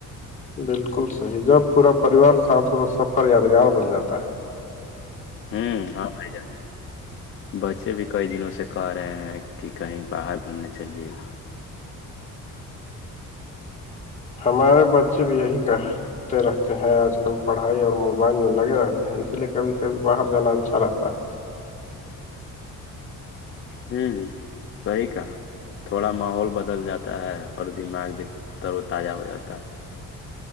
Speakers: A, on the left (about 20°); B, on the left (about 40°).
A: بالکل صحیح جب پورا پریوار سانت ہو تو سفر یادگار بن جاتا ہے <unintelligible>
B: ہوں ہاں جات بچے بھی کئی دنوں سے کہ رہے ہیں کہ کہیں باہر گھومنے چلیے <unintelligible>
A: ہمارے بچے بھی یہی کہتے رہتے ہیں آج کل آ کل پڑھائی اور موبائل میں لگے رہتے ہیں اس لیے کبھی کبھی باہر جانا اچھا رہتا ہے <unintelligible>
B: ہوں سی کا تھوڑا ماحول بدل جاتا ہے اور دماغ بھی تر و تازہ ہو جاتا ہے